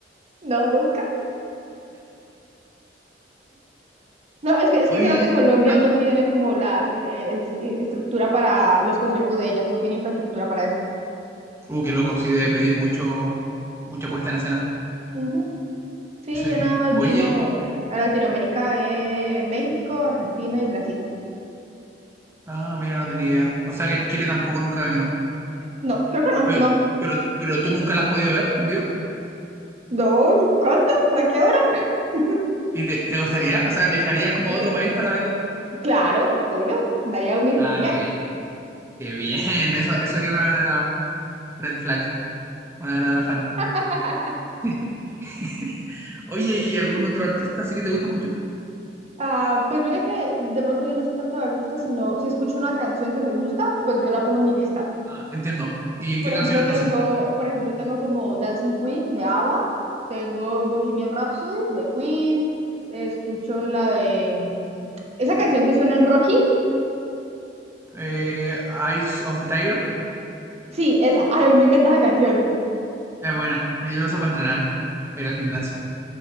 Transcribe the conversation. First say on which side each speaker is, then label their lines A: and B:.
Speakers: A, on the right; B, on the right.
A: No, nunca. No, es que, es
B: Oye,
A: que creo que Colombia
B: ¿ah?
A: no tiene como la eh, es- i- estructura para los conciertos de ellas, no tiene infraestructura para eso.
B: uh, qué loco, sí, debe pedir mucho, mucha puesta en escena.
A: Ujú. Sí,
B: Sí.
A: ella nada más
B: Oye,
A: vino a Latinoamérica, eh, México, Argentina y Brasil.
B: ah, mira, no tenía idea. O sea que Chile tampoco nunca ha venido.
A: No, creo que no,
B: Pero,
A: no.
B: pero, pero tú nunca la has podido ver en vivo.
A: No, ¿cuándo? ¿A qué hora? <laughs>
B: ¿Y te, te gustaría? O sea, ¿viajarías como
A: Eh,
B: a otro país para verla?
A: Claro, obvio, daría mi riñón.
B: Ah, qué bien. Qué bien. <laughs> Eso, eso sería una verdadera red flag. Una verdadera fan.
A: <laughs>
B: <laughs> Oye, ¿y algún otro artista así que te gusta mucho?
A: Ah, pues mira que de pronto yo no soy tanto de artista, sino si escucho una canción que me gusta, pues yo la pongo en mi lista.
B: Ah, entiendo. ¿Y en
A: Por
B: qué
A: ejemplo,
B: canción entonces?
A: tengo, por ejemplo, tengo como Dancing Queen de ABBA, tengo Bohemian Rhapsody de Queen, escucho la de mm, esa canción que suena en Rocky.
B: Eh, Eyes of the Tiger.
A: Sí, esa. Ay, a mí me encanta esa canción.
B: Es buena. Eh, Yo lo uso para entrenar, pero al gimnasio.